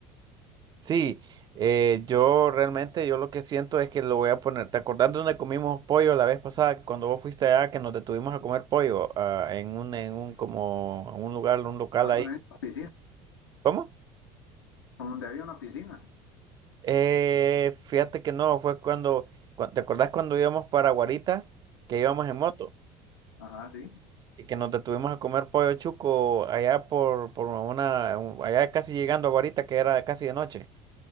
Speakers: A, on the right; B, on the left.
A: Sí, eh, yo realmente, yo lo que siento es que lo voy a poner, ¿te acordás de donde comimos pollo la vez pasada? Que cuando vos fuiste allá, que nos detuvimos a comer pollo, ah, en un, en un, como, un lugar, un local
B: Bueno,
A: ahí.
B: en la piscina,
A: ¿Cómo?
B: donde había una piscina.
A: Eh, fíjate que no, fue cuando, cua- ¿te acordás cuando íbamos para Guarita, que íbamos en moto?
B: Ajá, sí.
A: y que nos detuvimos a comer pollo chuco allá por, por una, un- allá casi llegando a Guarita, que era casi de noche.